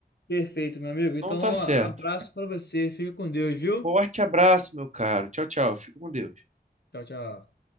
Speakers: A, on the left (about 75°); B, on the right (about 45°).
A: perfeito, meu amigo.
B: Então
A: Então,
B: tá
A: ó,
B: certo.
A: abraço pra você. Fica com Deus, viu?
B: Forte abraço, meu caro. Tchau, tchau. Fica com Deus.
A: Tchau, tchau.